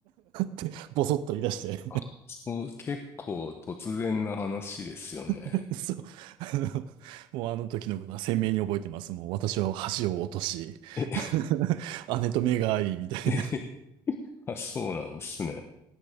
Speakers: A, on the right (about 80°); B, on the left (about 30°).
A: てボソッと言い出して
B: あ、そう、結構突然な話ですよね。
A: <laughs> そう、あのもうあの時のことは鮮明に覚えてます。もう私は箸を落とし
B: え、
A: <laughs> 姉と目が合い、みたいな。
B: え、あ、そうなんですね。